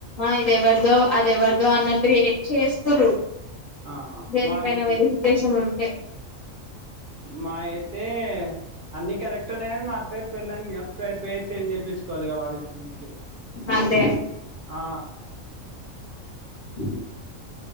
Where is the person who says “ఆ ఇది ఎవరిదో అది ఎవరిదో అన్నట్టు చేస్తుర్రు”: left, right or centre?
Left